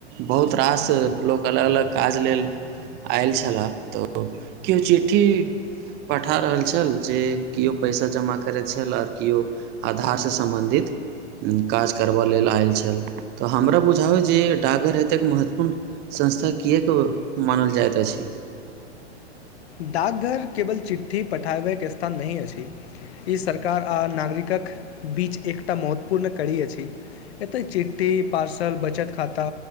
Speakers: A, on the right; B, on the left.
A: बहुत रास लोक अलग अलग काज लेल आयल छलह तऽ केओ चिठ्ठी पठा रहल छल जे किओ पैसा जमा करैत छल आओर किओ आधार सँ सम्बन्धित काज करबय लेल आयल छल तऽ हमरा बुझउ जे डाकघर एतेक महत्वपूर्ण संस्था किएक मानल जाइत अछि
B: डाकघर केवल चिटठ्ठी पठाबैके स्थान नहि अछि ई सरकार आ नागरिकक बीच एकटा महत्वपूर्ण कड़ी अछि। एतऽ चिट्ठी, पार्सल, बचत खाता।